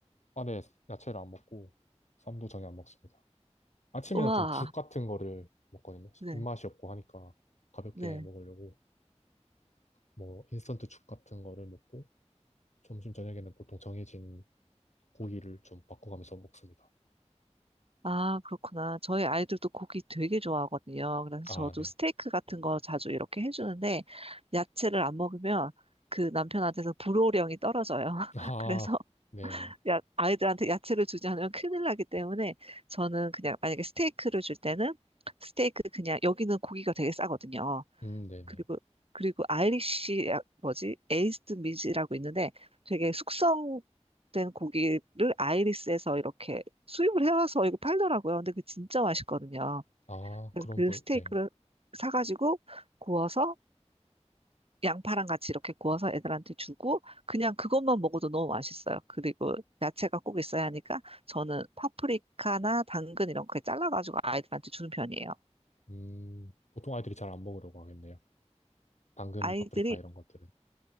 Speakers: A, on the left (about 75°); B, on the right (about 55°).
A: 아, 네. 야채를 안 먹고 쌈도 전혀 안 먹습니다. 아침에는
B: 우와.
A: 좀 죽 같은 거를 먹거든요.
B: 네,
A: 입맛이 없고 하니까 가볍게
B: 네.
A: 먹으려고 뭐 인스턴트 죽 같은 거를 먹고 점심 저녁에는 보통 정해진 고기를 좀 바꿔가면서 먹습니다.
B: 아, 그렇구나. 저희 아이들도 고기 되게 좋아하거든요. 그래서 저도
A: 아, 네.
B: 스테이크 같은 거 자주 이렇게 해주는데 야채를 안 먹으면 그 남편한테서 불호령이 떨어져요. <laughs>
A: 아,
B: 그래서
A: 네.
B: 야, 아이들한테 야채를 주지 않으면 큰일 나기 때문에 저는 그냥 만약에 스테이크를 줄 때는 스테이크 그냥 여기는 고기가 되게 싸거든요.
A: 음, 네네.
B: 그리고 그리고 아이리쉬 야- 뭐지? 에이스드 미즈라고 있는데 되게 숙성된 고기를 아이리스에서 이렇게 수입을 해와서 이거 팔더라고요. 근데 그 진짜 맛있거든요.
A: 아,
B: 그래서
A: 그런
B: 그
A: 부
B: 스테이크를
A: 네.
B: 사가지고 구워서 양파랑 같이 이렇게 구워서 애들한테 주고 그냥 그것만 먹어도 너무 맛있어요. 그리고 야채가 꼭 있어야 하니까 저는 파프리카나 당근 이런 거 잘라가지고 아이들한테 주는 편이에요.
A: 음, 보통 아이들이 잘 안 먹으려고 하겠네요. 당근,
B: 아이들이
A: 파프리카 이런 것들은.